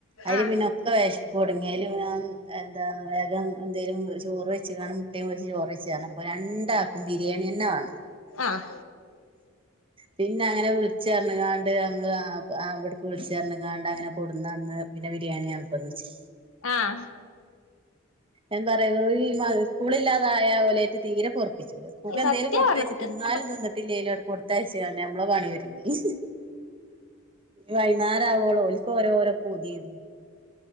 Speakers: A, on the right (about 25°); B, on the left (about 80°).
A: അയിൽ
B: ആഹ്
A: പിന്നെ ഒക്കെ വെശപ്പെട്ങ്ങി അയിൽപ്പ ഞാൻ എന്താ വേഗം എന്തെലും ചോറ് വെച്ച് കാണു മുട്ടിം പൊരിച്ച് ചോറെയ്ച്ച് പർൺ അപ്പ രണ്ടാക്കും ബിരിയാണിയെന്നെ വാണം
B: ആഹ്
A: പിന്നെ അങ്ങനെ വിൾച്ച് പർഞ്ഞ് കാ ണ്ട് നമ്മൾ ആ അവ് അവ്ട്ക്ക് വിൾച്ച് പർൺ കാണ്ട് കണ്ട അങ്ങനെ കൊട്ന്ന് അങ്ങ് പിന്നെ ബിരിയാണിയാണ് ഇപ്പന്ന് വെച്ചെ
B: ആഹ്
A: എന്ത പറയാ <unintelligible> ഈ സ്കൂൾ ഇല്ലാതായാ ഒലെ ആയിറ്റ് തീരെ പൊർപ്പിച്ചൂലാ സ്കൂക്ക് എന്തെലും
B: സത്യ
A: കൊട്ത്തേച്ച്
B: പറഞ്ഞത്
A: തിന്നാലും തിന്ന് ഇല്ലെലും കൊട്ത്ത് അഴ്ച്ച് കാണ്ട് നമ്മളെ പണി ഒര്ങ്ങി ഇഞ് വൈന്നാരം ആവോളം ഓൽ ഓൽക്ക് ഓരോര പൂതിയെന്നു